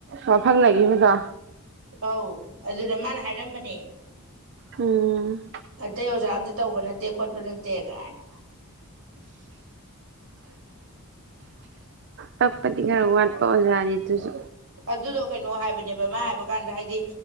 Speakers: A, on the right; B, on the right.
A: ꯋꯥꯐꯪ ꯂꯩꯈꯤꯕꯗꯣ
B: ꯑꯧ ꯑꯗꯨꯗ ꯃꯥꯅ ꯍꯥꯏꯔꯝꯕꯅꯦ
A: ꯎꯝ
B: ꯑꯇꯩ ꯑꯣꯖꯥ ꯑꯝꯇ ꯇꯧꯕ ꯅꯠꯇꯦ ꯈꯣꯠꯄ ꯅꯠꯇꯦ ꯇꯦ ꯀꯥꯏꯅ
A: ꯀꯛꯄꯗꯤ ꯈꯔ ꯋꯥꯠꯄ ꯑꯣꯖꯥꯅꯤ ꯑꯗꯨꯁꯨ
B: ꯑꯗꯨꯗꯣ ꯀꯩꯅꯣ ꯍꯥꯏꯕꯅꯦꯕ ꯃꯥ ꯍꯥꯏꯕ ꯀꯥꯟꯗ ꯍꯥꯏꯗꯤ